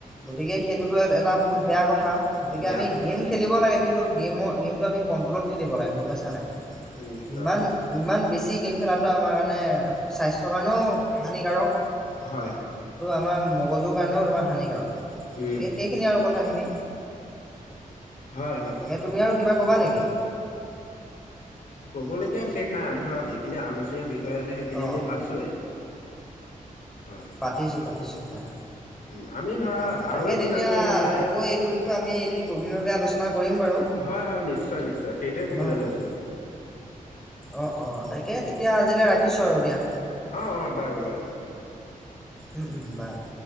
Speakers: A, in the centre; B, on the left.
A: গতিকে সেইটোতো এটা বহুত বেয়া কথা গতিকে
B: বেয়া
A: আমি
B: কথা
A: গেম
B: বেয়া
A: খেলিব
B: কথা
A: লাগে কিন্তু গেমত গেমটো আমি কন্ট্ৰলত খেলিব লাগে গম পাইছা নে নাই
B: নিশ্চয়
A: ইমান
B: নিশ্চয়
A: ইমান বেছি গেম খেলাটো আমাৰ কাৰণে স্বাস্থ্যৰ কাৰণেও হানিকাৰক
B: হয়
A: তোমাৰ মগজুৰ কাৰণেও তোমাৰ হানিকাৰক
B: উম।
A: গতিকে সেইখিনি আৰু কথাখিনি
B: হয় হয়
A: তাকে তুমি আৰু কিবা ক'বা নেকি
B: কবলগীয়া বিশেষ নাই আমি ধৰা যিখিনি আলোচনীয় বিষয় আছিলে সেইখিনি
A: অ
B: আমি পাতিছোৱেই হয়
A: পাতিছো পাতিছো হয়
B: উম আমি ধৰা
A: অ
B: আৰু
A: তাকে
B: এদিন
A: তেতিয়া
B: আমি এনেদৰে
A: আকৌ এইটো বিষয়ে আমি এদিন গভীৰভাৱে আলোচনা কৰিম বাৰু
B: হয় হয় নিশ্চয় নিশ্চয় সেইটোৱে কবলৈ
A: নহয় জানো
B: লৈছিলো মই
A: অ অ তাকে তেতিয়া আজিলৈ ৰাখিছো আৰু দিয়া
B: অ অ বাৰু বাৰু
A: উম উম বাৰু